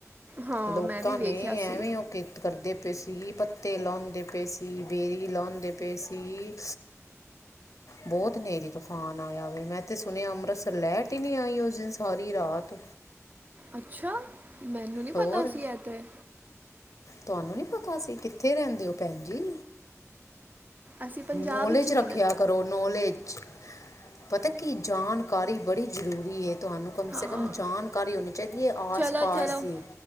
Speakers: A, on the right (about 35°); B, on the left (about 80°).
A: ਹਾਂ
B: ਲੋਕਾਂ
A: ਮੈਂ ਵੀ ਵੇਖਿਆ
B: ਨੇ
A: ਸੀ
B: ਐਵੇਂ ਉਹ ਕੀ ਕਰਦੇ ਪਏ ਸੀ, ਪੱਤੇ ਲਾਉਂਦੇ ਪਏ ਸੀ, ਬੇਰੀ ਲਾਉਂਦੇ ਪਏ ਸੀ। ਬਹੁਤ ਨੇਰੀ ਤੂਫਾਨ ਆਇਆ ਵਾ, ਮੈਂ ਤੇ ਸੁਣਿਆ ਅੰਮ੍ਰਿਤਸਰ ਲੈਟ ਹੀ ਨੀ ਆਈ, ਉਸ ਦਿਨ ਸਾਰੀ ਰਾਤ।
A: ਅੱਛਾ, ਮੈਨੂੰ ਨੀ
B: ਹੋਰ
A: ਪਤਾ ਸੀ ਇਹ ਤੇ।
B: ਤੁਹਾਨੂੰ ਨੀ ਪਤਾ ਸੀ, ਕਿੱਥੇ ਰਹਿੰਦੇ ਹੋ ਭੈਣ ਜੀ।
A: ਅਸੀਂ ਪੰਜਾਬ
B: ਨੋਲੇਜ
A: ਵਿੱਚ ਨਹੀਂ
B: ਰੱਖਿਆ
A: ਨਾ
B: ਨੌਲੇਜ ਪਤਾ ਕੀ ਜਾਣਕਾਰੀ ਬੜੀ ਜ਼ਰੂਰੀ ਹੈ। ਤੁਹਾਨੂੰ ਕਮ
A: ਹਾਂ
B: ਸੇ ਕਮ ਜਾਣਕਾਰੀ ਹੋਣੀ ਚਾਹੀਦੀ ਹੈ
A: ਚਲੋ
B: ਆਸ-ਪਾਸ
A: ਚਲੋ
B: ਦੀ।